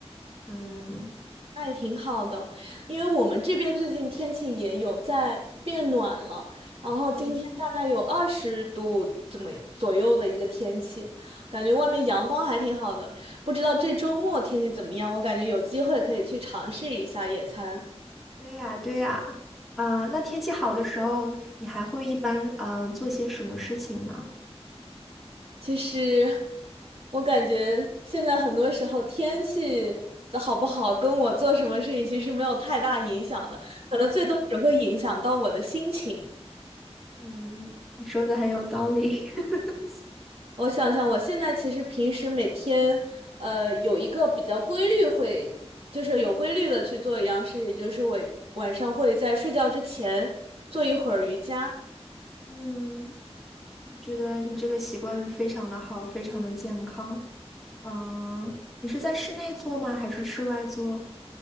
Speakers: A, in the centre; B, on the right.
A: 嗯
B: 那也挺好的，因为我们这边最近天气也有在变暖了，然后今天大概有二十度怎么左右的一个天气，
A: 嗯，
B: 感觉外面阳光还挺好的。不知道这周末天气怎么样？我感觉有机会可以去尝试一下野餐。
A: 对呀对呀，啊、那天气好的时候，你还会一般嗯、呃做些什么事情呢？
B: 其实我感觉现在很多时候天气的好不好跟我做什么事情其实没有太大影响的，可能最多只会影响到我的心情。
A: 嗯，你说的很有道理。<laughs>
B: 我想想，我现在其实平时每天，呃，有一个比较规律会，就是有规律的去做一样事情，就是我晚上会在睡觉之前做一会儿瑜伽。
A: 嗯，我觉得你这个习惯非常的好，非常的健康。嗯，你是在室内做吗？还是室外做？